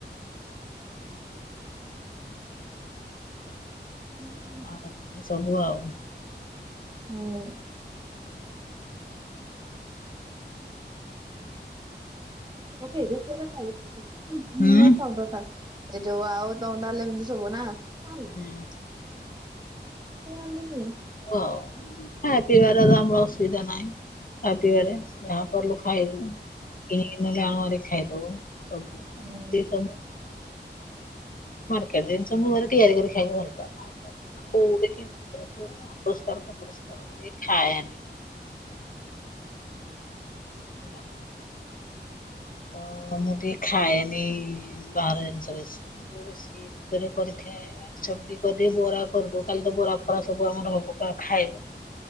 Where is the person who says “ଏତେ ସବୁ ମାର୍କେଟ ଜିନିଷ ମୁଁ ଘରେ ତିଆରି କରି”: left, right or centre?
Left